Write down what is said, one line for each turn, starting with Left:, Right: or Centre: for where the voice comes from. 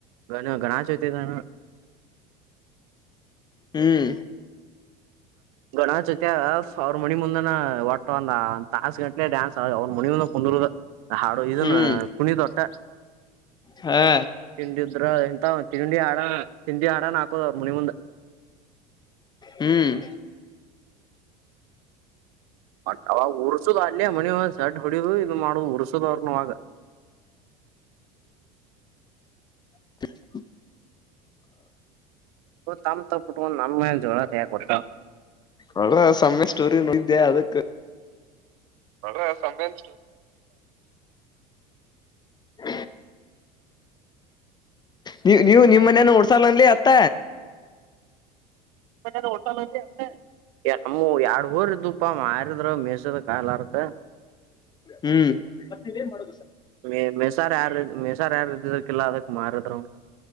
Right: ಗಣ ಗಣಚೌತಿ ದಿನ
Left: ಹುಂ
Right: ಗಣಾಚೌತ್ಯಾಗ ಸಾವಿರ ಮಣಿ ಮುಂದನ ಒಟ ಒಂದ್ ತಾಸ ಗಂಟಲೆ ಡ್ಯಾನ್ಸ್ ಆದ ಅವ್ರ ಮನಿ ಮುಂದ ಕುಂದರುದ ದಾರು ಇದನ್
Left: ಹ್ಮ್
Right: ಕುಣಿಯೋದ ಅಟ್ಟ
Left: ಹಾ
Right: ತಿಂಡಿ ಇದ್ರ ಎಂತ ತಿಂಡಿ ಹಾಡಾ ತಿಂಡಿ ಹಾಡಾನ ಹಾಕೋದ ಮುನಿ ಮುಂದ್
Left: ಹ್ಮ್
Right: ಬಟ್ ಅವಾಗ ಉರ್ಸುದ ಅಲ್ಲೇ ಮನಿ ಒಂದ್ ಸಡ್ ಹೊಡಿದು ಇದು ಮಾಡ್ ಉರ್ಸದವ್ರನುವಾಗ.
Left: ಹ
Right: ತ ತಮ್ ತಪ್ಪು ಇಟ್ಕೊಂಡು ನಮ್ಮಗ ನ ಜೋರ ತ ಕೊಡ್ತ
Left: ಒಳ ಸಮ್ಮೆ ಸ್ಟೋರಿ ನೋಡಿದ್ದೆ ಅದಕ್
Right: ಒಡ್ರೆ <unintelligible> ಅಂತ್
Left: ಹ ನೀ ನೀವು ನಿಮೊ ಮನೇನೂ ಹೊಡ್ಸಲ್ಲಿ ಅತ್ತ
Right: ಮ ಓಡ್ಸೋಲೋ ಹತ ನಮ್ಮ ಎರಡ್ ಬೋರ್ ಇದ್ದುಪ್ಪಾ ಮಾರಿದ್ರ ಮೇಸದ ಕಾಯಾಲಾರ್ಕ
Left: ಹ್ಮ್ ಮತ್ತ ಮಾಡ
Right: ಮ ಮಿಸಾರ್ ಯಾರ ಮಿಸಾರ್ ಯಾರ ಇದಕಲ್ಲ ಅದಕ್ ಮಾರಿದ್ರು